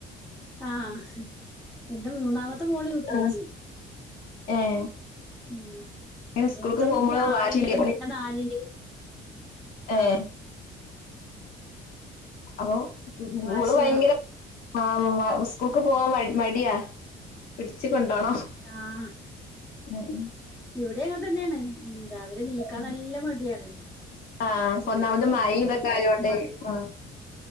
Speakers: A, in the centre; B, on the left (about 60°).
A: ആഹ് എന്റെ മൂന്നാമത്തെ മോള് യൂ
B: ആഹ്
A: കെ ജി
B: ഏഹ്
A: ഉം
B: ഇങ്ങനെ
A: മൂത്ത
B: സ്കൂൾക്ക് പോകുമ്പോള്
A: കുട്ടി ആറില്
B: വാശിണ്ട്
A: പിന്നെ നാലില് ആ
B: ഏഹ് <unintelligible>
A: വാശിയാണ്
B: മോള് ഭയങ്കര ആഹ് സ്കൂൾക്ക് പോവാൻ മ മടിയാ പിടിച്ചു കൊണ്ടോണം
A: ആഹ്
B: ഉം
A: ഇവിടെ അങ്ങെ തന്നെയാണ് രാവിലെ നീക്കാൻ
B: ഉം
A: നല്ല മടിയാണ്
B: ആഹ്
A: ചീത്ത
B: ഒന്നാമത്
A: പറഞ്ഞിട്ടും
B: മഴ ഇതൊക്കെ ആയോണ്ട്
A: <unintelligible>
B: ആഹ്